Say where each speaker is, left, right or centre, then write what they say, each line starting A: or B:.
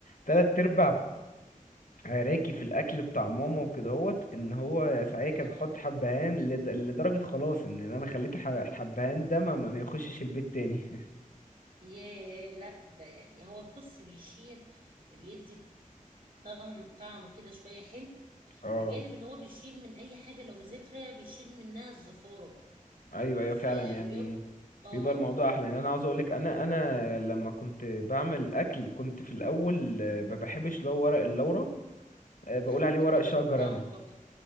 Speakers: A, on the left; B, on the right.
A: تلات ارباع عراكي في الاكل بتاع ماما وكدهوت ان هو ساعتها كانت
B: اه
A: بتحط حبهان لد- لدرجه خلاص ان انا خليت الح- الحبهان ده ما ما يخشش البيت تاني <laughs>
B: ياه لا ده يعني هو بص بيشيل بيدي طعم طعم كده شويه حلو
A: اه
B: بجانب ان هو بيشيل من اي حاجه لو في زفره بيشيل منها الزفاره
A: ايوه ايوه
B: فبيبقى
A: فعلا يعني
B: اه
A: بيبقى الموضوع احلى يعني انا عاوز اقولك انا انا لما كنت بعمل اكل كنت في الاول آه، ما بحبش لو ورق اللورا آه، بقول
B: لا
A: عليه
B: ده
A: ورق
B: بيدي
A: شجر
B: طعم
A: انا
B: تحفه